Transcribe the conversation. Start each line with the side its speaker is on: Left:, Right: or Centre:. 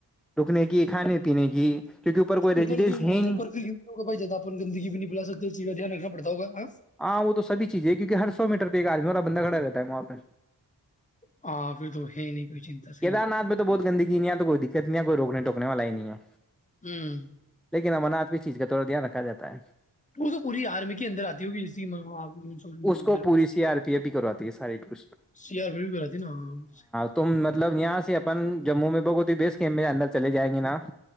Centre: سکھنے کی کھانے پینے کی کیونکہ کوئی ریزیڈینس
Left: اوپر بھی
Centre: ہے ہی نہیں
Left: اوپر ہو بھ زیادہ اپ گندگی بھی نہیں بلا سکتے اس چیز کا دھیان رکھنا پڑتا ہوگااں
Centre: ہاں وہ توبھی چیز ہے کیونک ہر سو میٹر ایک آجمی والا بندہ کھڑا رہتا ہے وہاں پہ
Left: ہاں پھر تو ہے نہیں کوئی چنتا صحیح
Centre: کیدار
Left: ہے
Centre: ناتھ میں تو بہت گندگی یہاں تو کوئی دکھ کتنییا کوئی روکنے ٹونے والا ہی نہیں ہے
Left: ہوں
Centre: ن من آپ اس چیز کا تھوڑا دھیان رکھا جا ہے
Left: ا تو پوری آرمی کی اندر آتی ہوگی جس کی مسلمان
Centre: اس کو
Left: کی طرف
Centre: پوری سی آر پی ار بھی کرواتی ہے سارے ک ہ
Left: سی آر پی بھی کراتی نا ہاں اس سے
Centre: تم م مطلب یہاں سے اپن جموں میں بگتی بیس کیم کے اندر چلے جائیں گے نا